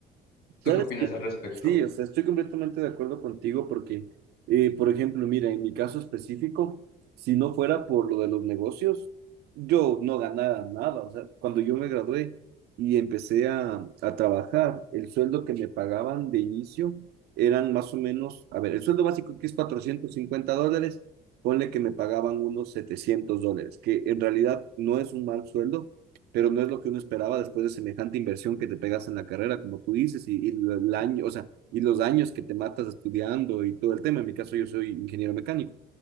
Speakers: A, on the right (about 75°); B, on the left (about 75°).
A: ¿Sabes
B: ¿Tú qué opinas
A: qué?
B: al respecto?
A: Sí, o sea, estoy completamente de acuerdo contigo porque, eh, por ejemplo, mira, en mi caso específico, si no fuera por lo de los negocios, yo no ganara nada. O sea, cuando yo me gradué y empecé a, a trabajar, el sueldo que me pagaban de inicio eran más o menos, a ver, el sueldo básico que es 450 dólares, ponle que me pagaban unos 700 dólares, que en realidad no es un mal sueldo pero no es lo que uno esperaba después de semejante inversión que te pegas en la carrera, como tú dices, y, y el año, o sea, y los años que te matas estudiando y todo el tema. En mi caso, yo soy ingeniero mecánico.